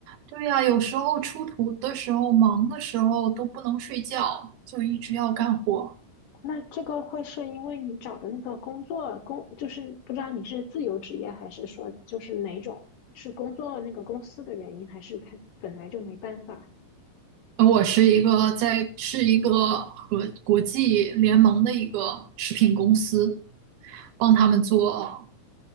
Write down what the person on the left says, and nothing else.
那这个会是因为你找的那个工作工，就是不知道你是自由职业还是说就是哪种，是工作那个公司的原因，还是他本来就没办法？